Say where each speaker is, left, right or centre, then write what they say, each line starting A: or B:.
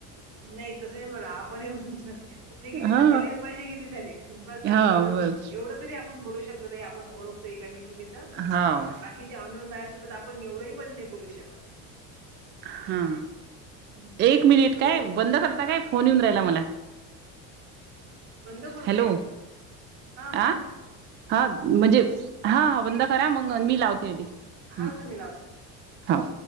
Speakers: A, on the right; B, on the right.
A: नाही तसही बोला आपण हे म्हण तुझे किती
B: हा
A: झाले माझी किती झाले बस आपण
B: हा
A: एवढं
B: बर
A: एवढं तरी आपण बोलू शकतो ताई आपण ओळखतो एकामेकीला इथ
B: हाव.
A: बाकीच्या अननोन बायासोबत आपण एवढंही पण नाही बोलू शकत.
B: हा
A: हं.
B: एक मिनिट
A: कसं होतेस
B: काय बंद करता काय फोन येऊन राहिला मला.
A: बंद करू
B: हॅलो
A: काय? हा
B: आ
A: हा.
B: हा म्हणजे हा हा बंद करा मग मी लावते आधी.
A: आता
B: हम्म
A: तुम्ही लावसान.
B: हाव.